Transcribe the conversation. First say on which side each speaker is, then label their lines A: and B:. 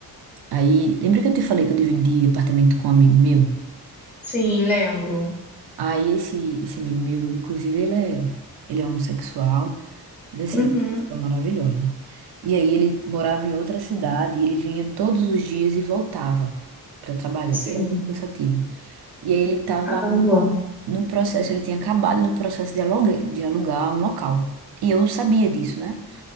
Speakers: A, on the right (about 80°); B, in the centre.
A: aí, lembra que eu te falei que eu dividi apartamento com um amigo meu?
B: Sim, lembro.
A: Aí esse, esse amigo meu, inclusive, ele é, ele é homossexual, mas assim,
B: Uhum,
A: uma pessoa maravilhosa. E aí ele morava em outra cidade, e ele vinha todos os dias e voltava para trabalhar.
B: sim,
A: E era muito cansativo. E aí ele estava
B: caramba.
A: no processo, ele tinha acabado do processo de alugar, de alugar um local. E eu sabia disso, né?